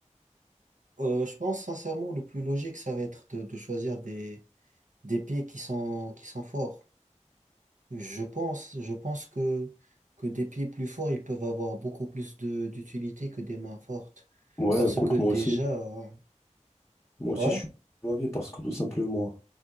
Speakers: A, on the right (about 85°); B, on the left (about 20°).
A: Euh, je pense, sincèrement, le plus logique, ça va être de, de choisir des, des pays qui sont, qui sont forts. Je pense, je pense que, que des pieds plus forts, ils peuvent avoir beaucoup plus de d'utilité que des mains fortes.
B: Ouais,
A: Parce
B: écoute,
A: que déjà,
B: moi aussi.
A: ouais,
B: Moi aussi,
A: ouais,
B: je suis de parce que tout simplement,